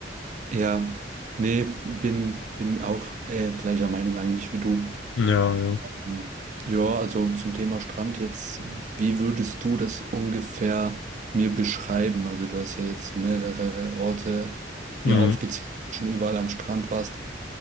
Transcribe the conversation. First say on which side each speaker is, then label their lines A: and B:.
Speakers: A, on the right (about 40°); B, on the left (about 80°).
A: ja. Nee, bin, bin auch äh, gleicher Meinung eigentlich wie du.
B: Ja, ja.
A: Mhm. Ja, also zum Thema Strand jetzt, wie würdest du das ungefähr mir beschreiben? Also du hast ja jetzt mehrere Orte mir
B: Hm,
A: aufgezählt, wo du schon überall am Strand warst.